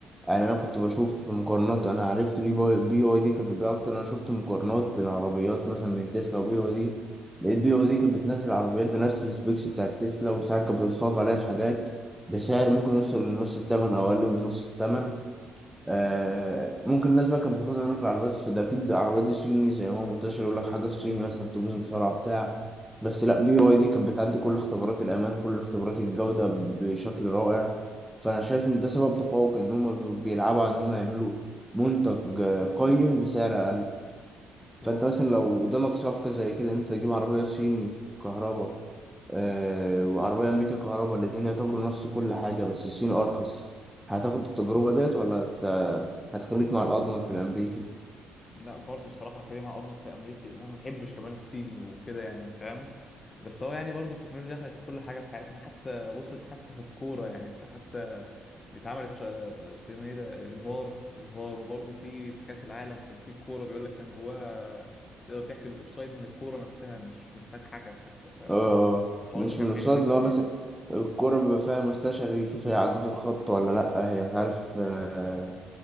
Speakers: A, in the centre; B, on the left.
A: يعني انا كنت بشوف مقارنات انا عرفت ليه باي- بي واي دي كانت بتبيع اكتر انا شفت مقارنات بين عربيات مثلا من تسلا وبي واي دي لقيت بي واي دي كانت بتنزل عربيات بنفس السبيكس بتاعت تسلا وساعات كانت بتتفوق عليها في حاجات بسعر ممكن يوصل لنص الثمن او اقل من نص الثمن آه ممكن الناس بقى كانت بتاخدها منك العربيات السوداء اكيد العربيات الصيني زي ما هو منتشر يقول لك حاجه صيني مثلا تبوظ بسرعه بتاع بس لا بي واي دي كانت بتعدي كل اختبارات الامان كل اختبارات الجوده بشكل رائع فانا شايف ان ده سبب تفوق ان هم بيلعبوا على ان هم يعملوا منتج آه، قيم بسعر اقل فانت
B: واو
A: مثلا لو قدامك صفقه زي كده ان انت تجيب عربيه صيني كهرباء آه، وعربية أمريكا كهرباء الاتنين يعتبروا نفس كل حاجة بس الصيني أرخص هتاخد التجربة ديت ولا هت... هتخليك مع الأضمن في الأمريكي؟
B: لا برضو الصراحة خلينا مع أضمن في الأمريكي لأن أنا ما بحبش كمان الصيني وكده يعني فاهم بس هو يعني برضو التكنولوجيا دخلت في كل حاجة في حياتنا حتى وصلت حتى في الكورة يعني أنت حتى اتعملت شا- اسمه إيه ده الفار الفار وبرضو في في كأس العالم كان في كورة بيقول لك كان جواها تقدر تحسب الأوفسايد من الكورة نفسها مش محتاج حكم حتى
A: آه
B: فالحوار
A: مش
B: ده كان
A: من الأقساط
B: حلو جدا
A: اللي هو
B: يعني
A: مثلا الكرة بيبقى فيها مستشعر يشوف هي عدت الخط ولا لأ هي مش عارف آه،